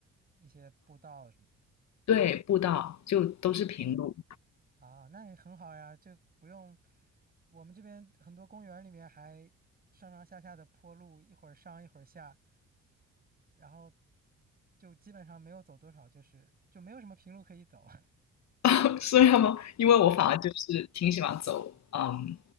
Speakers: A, on the right (about 30°); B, on the left (about 65°).
A: 一些步道什么的，
B: 对步道，就都是平路，
A: 嗯啊，那也很好呀，就不用，我们这边很多公园里面还上上下下的坡路，一会儿上一会儿下。然后就基本上没有走多少，就是就没有什么平路可以走。<laughs>
B: <laughs> 虽然吗？因为我反而就是挺喜欢走嗯
A: 是